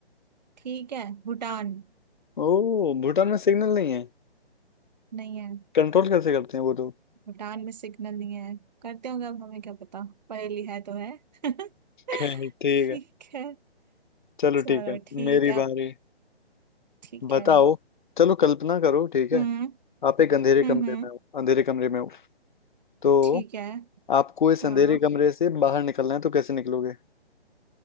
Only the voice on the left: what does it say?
ओ भूटान में सिग्नल नहीं है
कंट्रोल कैसे करते हैं वो लोग
खैर ठीक
है
चलो
ठीक है
मेरी
बारी
बताओ
चलो कल्पना करो ठीक है
आप एक अंधेरे
कमरे
में हो अंधेरे कमरे में हो तो
आपको इस अंधेरे
कमरे से बाहर निकलना है तो कैसे निकलोगे